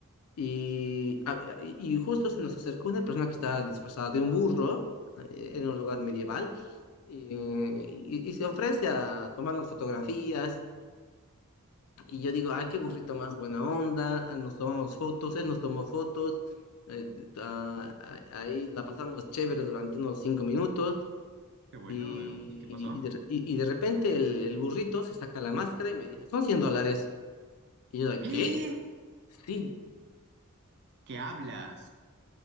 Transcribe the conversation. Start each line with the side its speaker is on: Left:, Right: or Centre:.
Left: Y, hab- y y justo se nos acercó una persona que estaba disfrazada de un burro eh, en un lugar medieval eh, y, y se ofrece a tomarnos fotografías. Y yo digo, ay, qué burrito más buena onda, ah, nos tomamos fotos, él nos tomó fotos, eh, ah, ah, ahí la pasamos chévere durante unos cinco minutos.
Right: qué bueno,
Left: Y,
Right: eh, ¿y qué pasó?
Left: y, de, y- y de repente el, el burrito se saca la máscara y me dice, son 100 dólares. Y yo,
Right: ¿Qué?
Left: ¿qué? Sí,
Right: ¿Qué hablas?